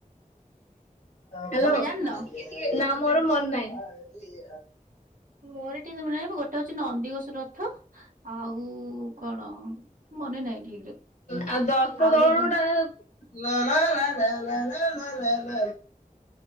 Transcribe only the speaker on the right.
ତମେ ଜାଣିନ?
ମୋର ଟି ମନେ ନାଇଁ ଗୋଟେ ହଉଚି ନନ୍ଦିଘୋଷ ରଥ। ଆଉ କଣ? ମନେ ନାଇଁ ଠିକ ରେ।
ଆଉ ଦିଟା